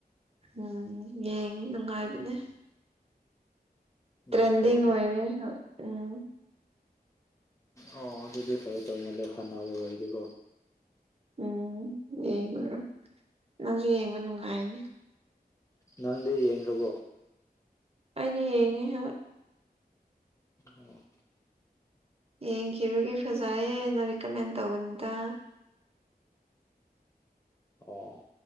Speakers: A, on the right; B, on the left.
A: ꯎꯝ ꯌꯦꯡ ꯅꯨꯡꯉꯥꯏꯕꯅꯦ꯫
B: ꯌꯦꯡꯉ
A: ꯇ꯭ꯔꯦꯟꯗꯤꯡ
B: ꯇꯧ
A: ꯑꯣꯏꯔꯦ꯫ ꯎꯝ
B: ꯑꯣ ꯑꯗꯨꯗꯤ ꯈꯔꯦ ꯇꯧꯃꯜ ꯂꯦ ꯐꯅꯅꯕ ꯑꯣꯏꯗꯤꯀꯣ꯫
A: ꯎꯝ ꯌꯦꯡꯉꯨꯔꯣ ꯅꯪꯁꯨ ꯌꯦꯡꯕ ꯅꯨꯡꯉꯥꯏꯅꯤ꯫
B: ꯅꯪꯗꯤ ꯌꯦꯡꯈ꯭ꯔꯕꯣ
A: ꯑꯩꯅꯥ ꯌꯦꯡꯉꯦ ꯍꯣꯏ
B: ꯑ꯫
A: ꯌꯦꯡꯈꯤꯕꯒꯤ ꯐꯖꯩꯌꯦꯅ ꯔꯤꯀꯃꯦꯟ ꯇꯧꯕꯅꯤꯗ꯫
B: ꯑꯣ